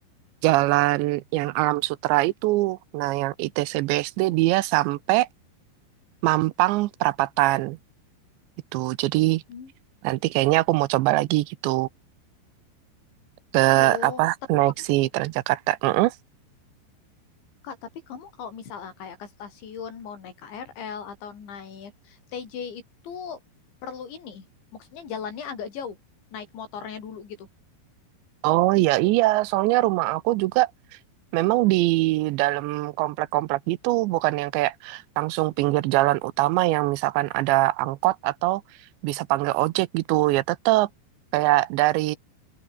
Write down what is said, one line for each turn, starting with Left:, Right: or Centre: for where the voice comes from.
Right: jalan yang Alam Sutra itu nah yang ITC BSD dia sampai Mampang Perapatan gitu jadi
Left: Hmm.
Right: nanti kayaknya aku mau coba lagi gitu ke
Left: Oh,
Right: apa
Left: Tapi
Right: naik
Left: kamu
Right: si Transjakarta Mm-mm.
Left: Kak, tapi kamu kalau misalnya kayak ke stasiun mau naik KRL atau naik TJ itu perlu ini. Maksudnya jalannya agak jauh, naik motornya dulu gitu.
Right: Oh ya iya, soalnya rumah aku juga Memang di dalam komplek-komplek gitu, bukan yang kayak langsung pinggir jalan utama yang misalkan ada angkot atau bisa panggil ojek gitu. Ya tetap kayak dari